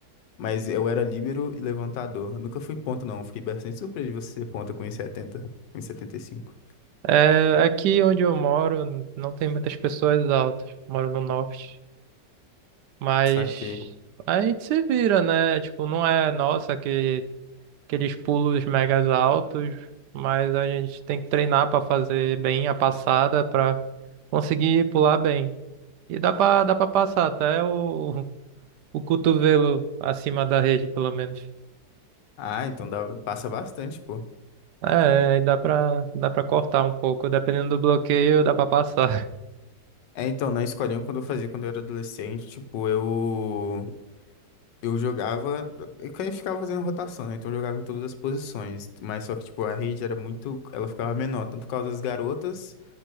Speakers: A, on the left; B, on the right.
A: mas eu era líbero e levantador, eu nunca fui ponta não, eu fiquei bastante surpreso de você ser ponta com um e setenta, um e setenta e cinco.
B: É, aqui onde eu moro não tem muitas pessoas altas. Moro no norte. Mas
A: saquei.
B: a gente se vira, né? Tipo, não é nossa que aqueles pulos megas altos, mas a gente tem que treinar pra fazer bem a passada pra conseguir pular bem. E dá pra, dá pra passar até o, <laughs> o cotovelo acima da rede, pelo menos.
A: Ah, então dá, passa bastante, pô.
B: É, aí dá pra, dá pra cortar um pouco. Dependendo do bloqueio, dá pra passar.
A: É, então, na escolinha, quando eu fazia, quando eu era adolescente, tipo, eu, eu jogava, eu que- eu ficava fazendo rotação, né? Então eu jogava em todas as posições, mas só que, tipo, a rede era muito, ela ficava menor, tanto por causa das garotas